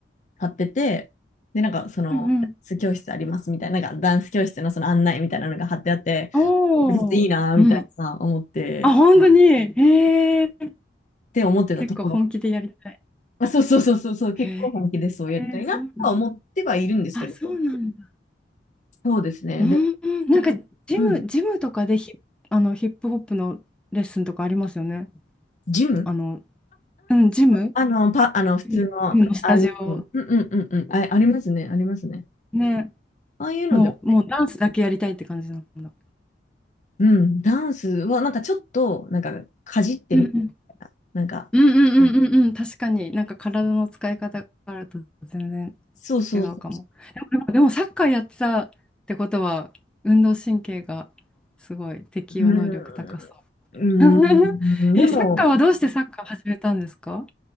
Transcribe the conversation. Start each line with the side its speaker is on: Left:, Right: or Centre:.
Left: 貼ってて、で、なんかその、
Centre: うんうん。
Left: ダンス教室ありますみたいな、なんかダンス教室のその案内みたいなのが貼ってあって、
Centre: おお。
Left: これいいなーみたいな思って、
Centre: うん。あ、本当に。
Left: っ
Centre: へえ。
Left: て思ってたところが、
Centre: 結構本気でやりたい。
Left: あ、そうそうそうそうそう、結構本気でそうやりたいなとは思ってはいるんですけど、
Centre: へえ、そうなんだ。あ、そうなんだ。
Left: そうですね。
Centre: うん、
Left: で、
Centre: なんか、ジム、
Left: うん、
Centre: ジムとかでヒ、あの、ヒップホップのレッスンとかありますよね。
Left: ジム
Centre: あの、うん、ジム、
Left: あの、パ、あの、普通の、
Centre: ジムジムのスタジオ。
Left: ああいう、うんうんうんうん、あ、ありますね、ありますね。
Centre: ね。
Left: ああいうのでも、
Centre: もう、もうダンスだけやりたいって感じなんだ。
Left: うん、ダンスは、なんかちょっと、なんか、かじってみた。
Centre: うんうん
Left: なんか、
Centre: うんうんうんうんうん、確かになんか体の使い方があると全然
Left: そうそうそう。
Centre: 違うかも。でもサッカーやってたってことは、運動神経がすごい適応能力高そう。
Left: うん、
Centre: <laughs>
Left: うん、
Centre: え、
Left: でも、
Centre: サッカーはどうしてサッカー始めたんですか